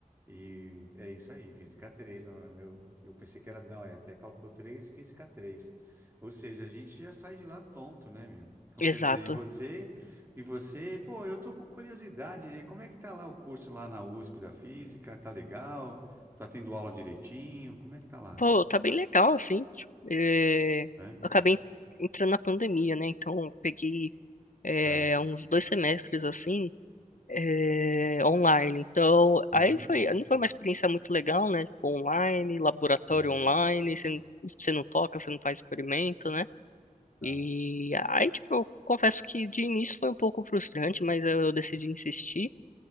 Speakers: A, on the right; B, on the left.
A: e é isso aí, física 3. Não, não, eu, eu pensei que era, não, é até cálculo 3 e física três. Ou seja, a gente já sai de lá tonto, né, meu? Então,
B: exato.
A: quer dizer, e você, e você, pô, eu tô com curiosidade, como é que tá lá o curso lá na USP da física? Tá legal? Tá tendo aula direitinho? Como é que tá lá?
B: Pô, tá bem legal, assim. tipo, é, eu
A: É?
B: acabei entrando na pandemia, né? Então, eu peguei é,
A: Tá.
B: uns dois semestres, assim, é, online. Então, aí
A: Uhum.
B: foi, não foi uma experiência muito legal, né? Tipo, online, laboratório
A: Sim,
B: online, você, n- você não toca, você não faz experimento, né?
A: tá.
B: E aí, tipo, eu confesso que de início foi um pouco frustrante, mas eu decidi insistir.